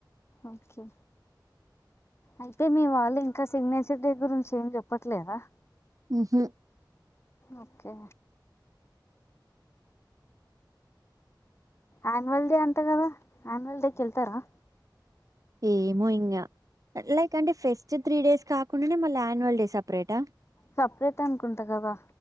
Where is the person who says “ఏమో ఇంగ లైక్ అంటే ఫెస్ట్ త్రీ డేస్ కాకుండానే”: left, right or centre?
Right